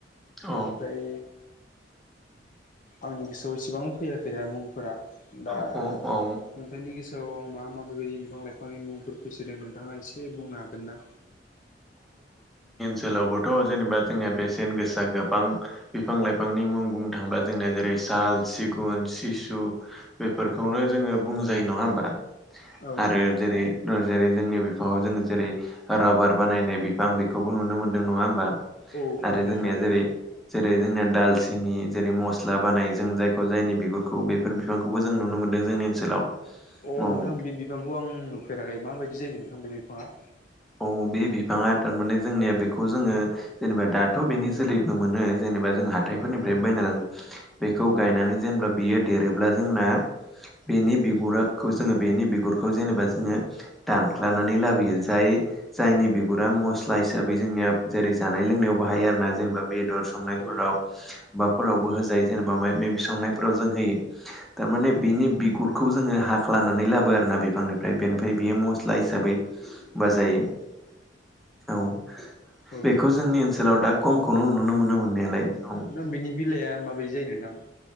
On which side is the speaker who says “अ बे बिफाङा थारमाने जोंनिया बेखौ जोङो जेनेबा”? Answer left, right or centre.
Centre